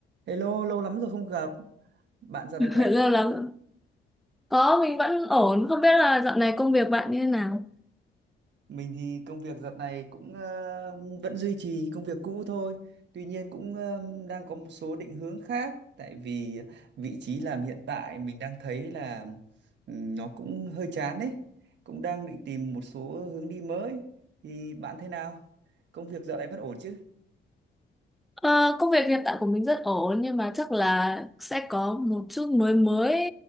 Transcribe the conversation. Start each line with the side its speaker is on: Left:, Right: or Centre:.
Right: Hello, lâu lắm rồi không gặp. Bạn giờ
Centre: <laughs>
Right: này khỏe
Centre: lâu
Right: không?
Centre: lắm có mình vẫn ổn không biết là dạo này công việc bạn như thế nào
Right: Mình thì công việc dạo này cũng ờ, vẫn duy trì công việc cũ thôi. Tuy nhiên cũng ờ, đang có một số định hướng khác. Tại vì vị trí làm hiện tại mình đang thấy là ừ, nó cũng hơi chán đấy. Cũng đang định tìm một số hướng đi mới. Thì bạn thế nào? Công việc dạo này vẫn ổn chứ?
Centre: Ờ, công việc hiện tại của mình rất ổn nhưng mà chắc là sẽ có một chút mới mới